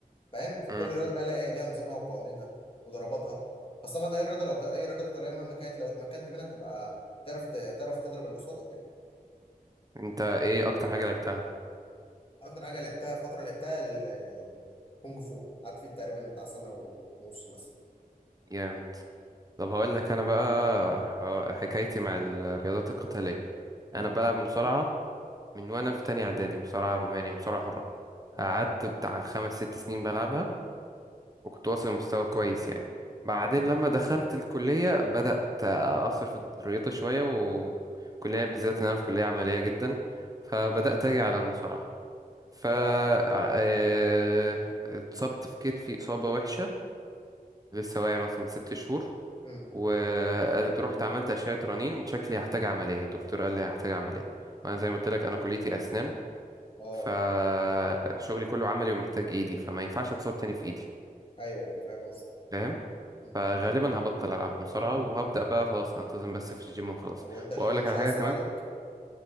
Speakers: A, on the left; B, on the right.
A: فاهم فكل
B: امم
A: رياضه بقى لها ايه ليها نظامها وقوانينها وضرباتها بس طبعا اي رياضه لو ت... اي رياضه قتاليه مهما كانت لو اتمكنت منها تبقى تعرف ت... تعرف تضرب اللي قصادك يعني
B: انت ايه اكتر حاجة لعبتها؟
A: اكتر حاجه لعبتها فتره لعبتها ال- ال- الكونج فو قعدت فيه تقريبا بتاع سنه ونص مثلا
B: جامد طب هقول لك انا بقى ح- حكايتي مع الرياضات القتالية انا
A: أوه.
B: بلعب مصارعة من وانا في تانية اعدادي مصارعة رومانية مصارعة حرة
A: اه
B: قعدت بتاع خمس ست سنين بلعبها وكنت واصل لمستوى كويس يعني بعدين
A: أمم.
B: لما دخلت الكلية بدأت أثر في الرياضة شوية والكلية بالذات إن أنا في كلية عملية جدا فبدأت
A: اه
B: أجي على المصارعة ف
A: اه
B: آه، اتصبت في كتفي إصابة وحشة لسه واقع مثلا من ست شهور
A: أمم.
B: ورحت عملت أشعة رنين شكلي هحتاج عملية الدكتور قال لي هحتاج عملية وأنا زي
A: أمم.
B: ما قلت لك أنا كليتي أسنان
A: اه
B: فشغلي كله عملي ومحتاج إيدي فما ينفعش أتصاب تاني في إيدي
A: ايوه ايوه فاهم قصدك
B: فاهم؟
A: أمم.
B: فغالبا هبطل العب بسرعه وهبدا بقى خلاص انتظم بس في الجيم وخلاص
A: طب وانت الجيم
B: واقول لك
A: مش
B: على
A: هيأثر
B: حاجه كمان
A: عليك؟